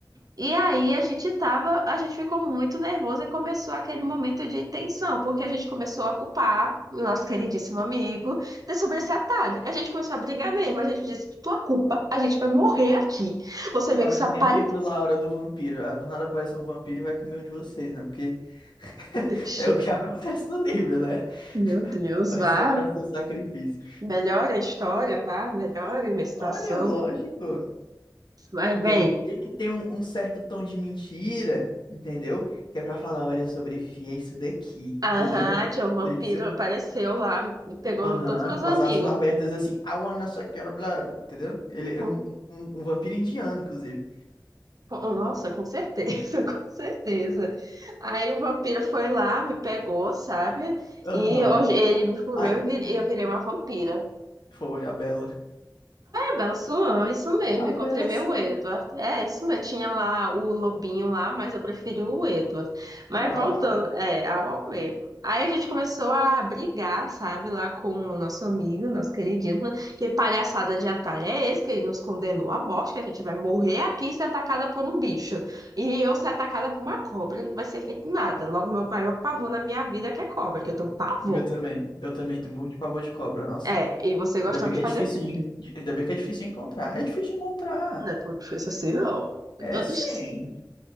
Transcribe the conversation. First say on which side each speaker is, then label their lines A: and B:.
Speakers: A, on the right; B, on the left.
A: E aí a gente tava, a gente ficou muito nervoso e começou aquele momento de tensão, porque a gente começou a culpar o nosso queridíssimo amigo de sobre esse atalho. A gente começou a brigar mesmo, a gente disse, tua culpa, a gente vai morrer aqui. Você vê
B: Tava
A: que essa
B: que nem
A: palha
B: o livro lá, A Hora do Vampiro. Ah, Do nada aparece um vampiro e vai comer um de vocês, né? Porque <laughs>
A: é triste.
B: é o que <laughs> acontece no livro, né?
A: Meu
B: <laughs>
A: Deus,
B: Vai
A: vá.
B: ser um para seu sacrifício.
A: Melhora a história, vá, melhora a minha situação.
B: Olha, lógico.
A: Mas bem,
B: Tem, tem que ter um, um certo tom de mentira, entendeu? Que é pra falar, olha, eu sobrevivi a isso daqui,
A: Aham,
B: entendeu? <laughs>
A: tinha um vampiro,
B: Tem que ser.
A: apareceu lá, me pegou
B: Aham,
A: todos meus
B: com
A: amigos.
B: as asas abertas assim. I wanna suck your blood, entendeu? Ele é
A: Com-
B: um, um, um um vampiro indiano, inclusive.
A: com- Nossa, com certeza, <laughs> com certeza. Aí o vampiro foi lá, me pegou, sabe?
B: Aham.
A: E hoje ele me furou
B: Ai,
A: e eu vi-
B: ai,
A: eu virei uma vampira.
B: foi a Bela.
A: Bela Swan, isso mesmo,
B: A
A: encontrei
B: Bela
A: meu
B: sua.
A: Edward. É, isso mesmo, tinha lá o lobinho lá, mas eu preferi o Edward. Mas
B: Uau,
A: voltando,
B: uau.
A: é, ao Almeida. Aí a gente começou a brigar, sabe, lá com o nosso amigo, nosso queridíssimo, que palhaçada de atalho é esse, que ele nos condenou à morte, que a gente vai morrer aqui e ser atacada por um bicho. E eu ser atacada por uma cobra, não vai ser feito nada. Logo, meu maior pavor na minha vida é que é cobra, que eu tenho pavor.
B: Meu também. Eu também tenho morro de pavor de cobra, nossa.
A: É, e você gostando
B: Ainda bem que
A: de
B: é
A: fazer
B: difícil
A: trilha.
B: de, en- de- ainda bem que é difícil de encontrar. É difícil de encontrar.
A: Não é tão difícil assim, não. <laughs>
B: É sim.